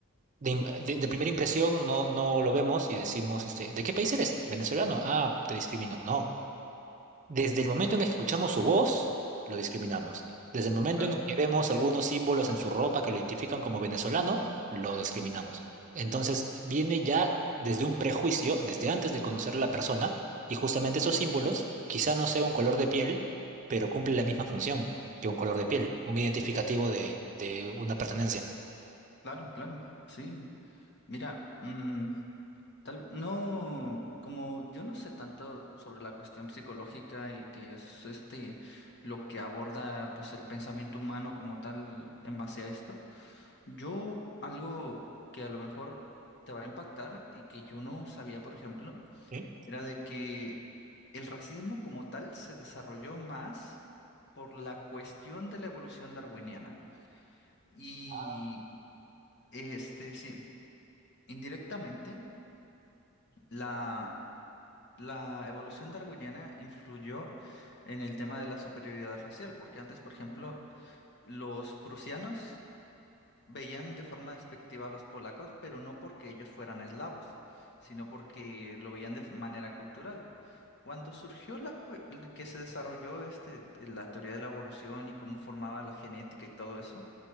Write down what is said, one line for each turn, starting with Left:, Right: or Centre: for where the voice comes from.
Right: de, im- de- de primera impresión, no, no lo vemos y decimos, este, ¿de qué país eres? Venezolano. Ah, te discrimino. No. Desde el momento en que escuchamos su voz, lo discriminamos. Desde el momento
Left: claro,
Right: en el que vemos algunos símbolos en su ropa que lo identifican como venezolano, lo discriminamos. Entonces, viene ya desde un prejuicio, desde antes de conocer a la persona, y justamente esos símbolos, quizá no sea un color de piel, pero cumple la misma función que un color de piel, un identificativo de, de una pertenencia.
Left: claro, claro, sí. Mira, mm, tal, no, como yo no sé tanto sobre la cuestión psicológica y que es este lo que aborda pues el pensamiento humano como tal en base a esto. Yo, algo que a lo mejor te va a impactar y que yo no sabía, por ejemplo,
Right: ¿Sí?
Left: era de que el racismo como tal se desarrolló más por la cuestión de la evolución darwiniana. Y
Right: Ah,
Left: este, sí, indirectamente, la, la evolución darwiniana influyó en el tema de la superioridad racial, porque antes, por ejemplo, los prusianos Veían de forma despectiva a los polacos, pero no porque ellos fueran eslavos, sino porque lo veían de f- manera cultural. Cuando surgió la cue- que se desarrolló este, la teoría de la evolución y cómo formaba la genética y todo eso,